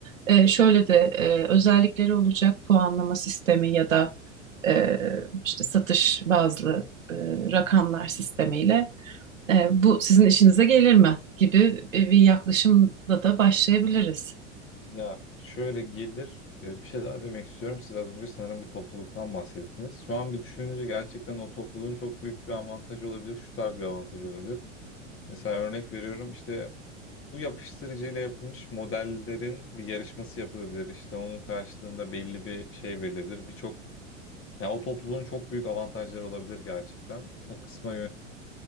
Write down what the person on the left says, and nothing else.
Ya şöyle gelir e, bir şey daha demek istiyorum. Siz az önce sanırım bir topluluktan bahsettiniz. Şu an bir düşününce gerçekten o topluluğun çok büyük bir avantajı olabilir. Şu tarz bir avantajı olabilir. Mesela örnek veriyorum işte bu yapıştırıcıyla yapılmış modellerin bir yarışması yapılabilir. İşte onun karşılığında belli bir şey verilebilir. Birçok yani o topluluğun çok büyük avantajları olabilir gerçekten. O kısma